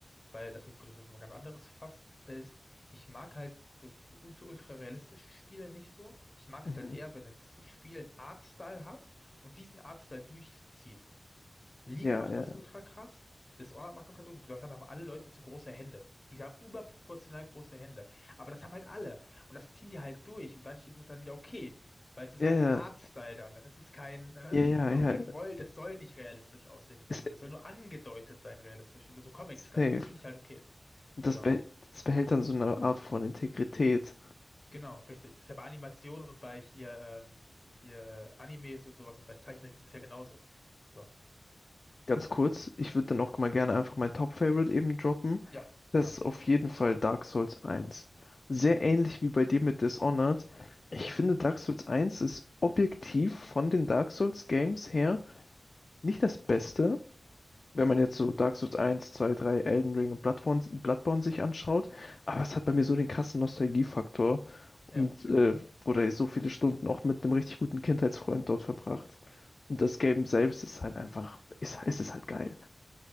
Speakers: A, on the left (about 30°); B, on the left (about 60°).
A: weil das, gut, das ist nochmal ganz anderes Fass ist. Ich mag halt so fu- ultra realistische Spiele nicht so. Ich mag
B: Mhm.
A: es halt eher, wenn ein S- Spiel einen Artstyle hat und diesen Artstyle durchzieht. League
B: Ja,
A: macht
B: ja,
A: das ultra krass. Dishonored macht das halt, ultra- das haben alle Leute zu große Hände. Die haben überproportional große Hände. Aber das haben halt alle. Und das ziehen die halt durch. Und dadurch ist es dann wieder okay. Weil es ist
B: ja,
A: halt
B: ja,
A: ein Artstyle dann. Dann ist es kein, ne?
B: ja, ja,
A: So,
B: ja.
A: weil die wollen, das soll nicht realistisch aussehen in dem
B: Ist,
A: Sinne. Das soll nur angedeutet sein, realistisch. So Comic-Style.
B: Safe.
A: Das finde ich halt okay.
B: Das,
A: So,
B: beh- das behält dann so eine Art von Integrität.
A: genau, richtig. Das ist ja bei Animationen und bei hier, ähm, hier äh, Animes und sowas und bei Zeichentrick ist das ja genauso. So,
B: Ganz kurz, ich würde dann auch mal gerne einfach mein Top-Favorite eben droppen.
A: ja,
B: Das
A: klar.
B: ist auf jeden Fall Dark Souls 1. Sehr ähnlich wie bei dir mit Dishonored. Ich
A: Mhm.
B: finde, Dark Souls 1 ist objektiv von den Dark Souls Games her nicht das Beste, wenn man jetzt
A: Mhm.
B: so Dark Souls 1, 2, 3, Elden Ring und Bloodborne, Bloodborne sich anschaut. Aber es hat bei mir so den krassen Nostalgiefaktor und
A: Ja, vercheck
B: äh,
A: ich, ja.
B: wurde so viele Stunden auch mit einem richtig guten Kindheitsfreund dort verbracht. Und das Game selbst ist halt einfach, ist, ist es halt geil.